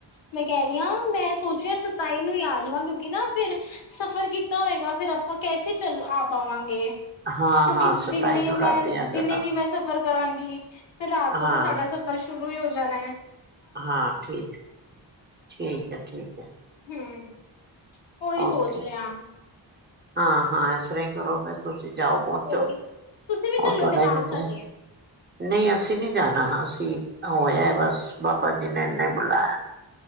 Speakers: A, on the left; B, on the right.
A: ਮੈਂ ਕਹਿ ਰਹੀ ਹਾਂ ਮੈਂ ਸੋਚਿਆ ਸਤਾਈ ਨੂੰ ਹੀ ਆ ਜਾਵਾਂ ਕਿਉਂਕਿ ਨਾ ਫਿਰ ਸਫ਼ਰ ਕੀਤਾ ਹੋਏਗਾ ਫਿਰ ਆਪਾਂ ਕੈਸੇ ਚੱਲ ਆ ਪਾਵਾਂਗੇ। ਕਿਉਂਕਿ
B: ਹਾਂ ਹਾਂ ਸਤਾਈ
A: ਦਿਨੇ
B: ਨੂੰ ਰਾਤੀ
A: ਮੈਂ
B: ਆ
A: ਦਿਨੇ
B: ਜਾਣਾ
A: ਵੀ ਮੈਂ ਸਫ਼ਰ ਕਰਾਂਗੀ, ਫਿਰ ਰਾਤ
B: ਹਾਂ
A: ਤੋਂ ਤੇ ਸਾਡਾ ਸਫ਼ਰ ਸ਼ੁਰੂ ਹੀ ਹੋ ਜਾਣਾ ਐ।
B: ਹਾਂ ਠੀਕ, ਠੀਕ ਐ ਠੀਕ ਐ।
A: ਹੂੰ ਓਹੀ ਸੋਚ
B: ਓਕੇ
A: ਰਹੇ ਆ।
B: ਹਾਂ ਹਾਂ ਇਸ ਤਰ੍ਹਾਂ ਹੀ ਕਰੋ ਫੇਰ ਤੁਸੀਂ ਜਾਓ। ਪਹੁੰਚੋ
A: ਹੋਰ ਤੁਸੀਂ ਵੀ
B: <inaudible>
A: ਚੱਲੋਗੇ ਨਾਲ ਸਾਡੇ
B: ਨਹੀਂ ਅਸੀਂ ਨਹੀਂ ਜਾਣਾ, ਅਸੀਂ ਹੋ ਆਏ ਬਸ ਬਾਬਾ ਜੀ ਨੇ ਏਨਾ ਬੁਲਾਇਆ।